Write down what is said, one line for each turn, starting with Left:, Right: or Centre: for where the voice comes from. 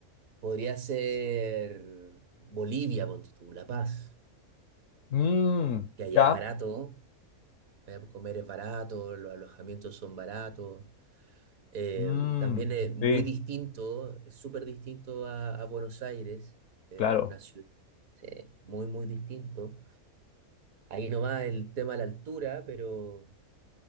Right: Podría ser Bolivia, ponte tú, La Paz,
Left: Mm,
Right: que allá
Left: ya.
Right: es barato, allá comer es barato, los alojamientos son baratos. Eh,
Left: Mm,
Right: también es muy
Left: sí,
Right: distinto, es súper distinto a, a Buenos Aires, eh,
Left: claro.
Right: una ciudad, sí, muy, muy distinto. Ahí nomás el tema de la altura, pero,